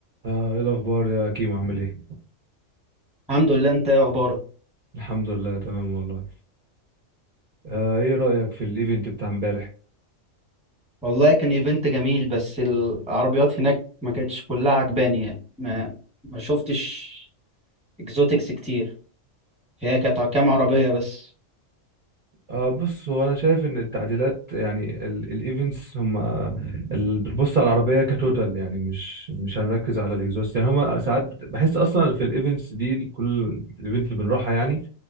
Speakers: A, on the right; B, in the centre.
A: آه، ايه الاخبار يا كيمو عامل ايه
B: الحمد لله انت ايه اخبارك
A: الحمد لله تمام والله آه، ايه رايك في الايفنت بتاع امبارح
B: والله كان ايفنت جميل بس العربيات هناك ما كانتش كلها عجباني يعني ما ما شفتش اكزوتكس كتير هي كانت كام عربية بس
A: آه بص هو انا شايف ان التعديلات يعني ال- الايفنتس هم اللي بتبص على العربيه كتوتال يعني مش مش هنركز على الاكزوست يعني هم ساعات بت- بحس اصلا في الايفنتس دي كل الايفنت اللي بنروحها يعني